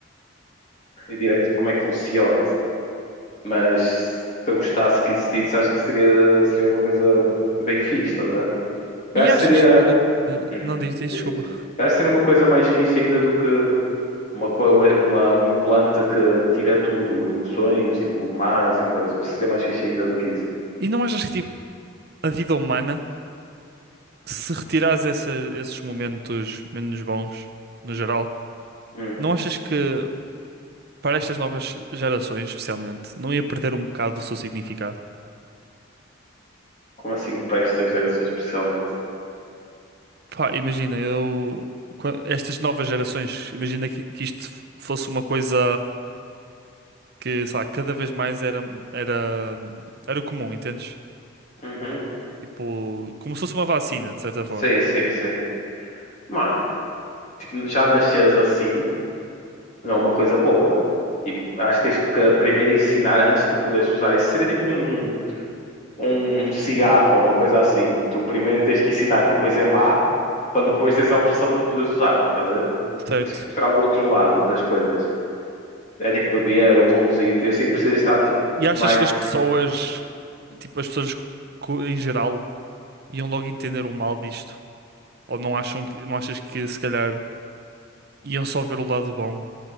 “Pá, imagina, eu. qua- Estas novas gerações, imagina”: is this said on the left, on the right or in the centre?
Right